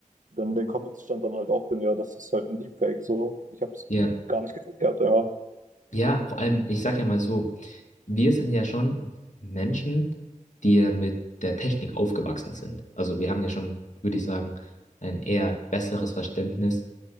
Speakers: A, on the right; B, on the left.
A: Dann in den Comments stand dann halt auch drin, ja, das ist halt ein Deepfake. So, ich habe es
B: Ja.
A: gar nicht geguckt gehabt, einfach.
B: Ja, vor allem, ich sag ja mal so, wir sind ja schon Menschen, die ja mit der Technik aufgewachsen sind. Also wir haben ja schon, würde ich sagen, ein eher besseres Verständnis